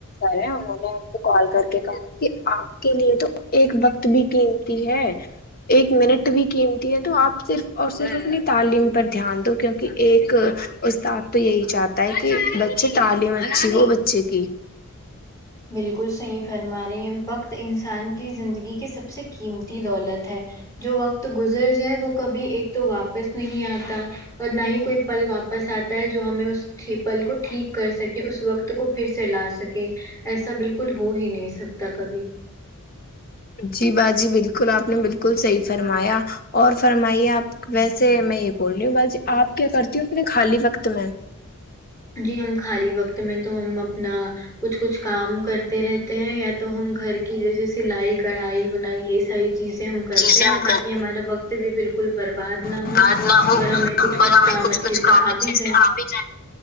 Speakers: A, on the left; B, on the left.
A: ہے انہوں نے ہم سے کال کر کے کہا کہ آپ کے لیے تو ایک وقت بھی قیمتی ہے ایک منٹ بھی قمتی ہے تو آپ صرف اور صرف اپنی تعلیم پر دھیان دو کیونکہ ایک استاد تو یہی چاہتا ہے کہ بچے تعلیم اچھی ہو بچے کی
B: بالکل صحیح فرما رہی ہیں وقت انسان کی زندگی کی سب سے قیمتی دولت ہے جو وقت گزر جائے وہ کبھی ایک تو واپس نہیں آتا اور نہ ہی کوئی پل واپس آتا ہے جو ہمیں اس پل کو ٹھیک کر سکے اس وقت کو پھر سے لا سکے ایسا بالکل ہو ہی نہیں سکتا کبھی
A: جی باجی بالکل آپ نے بالکل صحیح فرمایا اور فرمائیے آپ ویسے میں یہ بول رہی ہوں بس آپ کیا کرتی ہوں اپنے خالی وقت میں
B: جی ہم خالی وقت میں تو ہم اپنا کچھ کچھ کام کرتے رہتے ہیں یا تو ہم گھر کی جیسے سلائی کڑھائی بونا ئی یہ ساری چیزیں ہم کرتے
A: چیزیں
B: ہیں
A: ہم
B: تاکہ
A: کریں
B: ہمارا وقت بھی بالکل برباد نہ
A: برباد
B: ہو
A: نہ ہو
B: اور ہمیں کچھ کچھ
A: اور ہمیں
B: کام اچھے
A: کچھ
B: سے
A: کام
B: آ
A: اچھے
B: بھی
A: سے
B: جائے
A: آ بھی جائیں